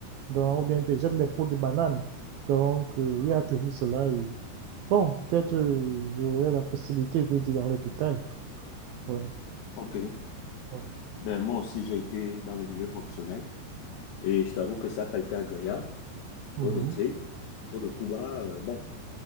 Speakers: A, on the right; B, on the left.
A: donc, ou bien te jettent les peaux de banane. Donc, euh, il y a toujours cela. Et, bon, peut-être euh, j'aurai la possibilité de dire dans les détails. Ouais,
B: ok.
A: ouais.
B: Ben moi aussi, j'ai été dans le milieu professionnel et je t'avoue que ça n'a pas été agréable.
A: Mhm.
B: Trop d'intrigues, trop de coups bas. euh, bon,